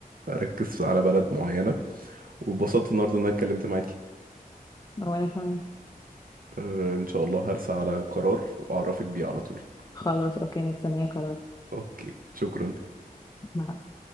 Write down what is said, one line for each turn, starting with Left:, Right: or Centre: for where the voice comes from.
Right: اركز على بلد معينة واتبسطت النهاردة ان انا اتكلمت معاكي
Left: وانا كمان
Right: أه ان شاء الله هرسى على قرار واعرفك بيه على طول
Left: خلاص اوكي مستنيه خلاص
Right: اوكي شكرا
Left: مع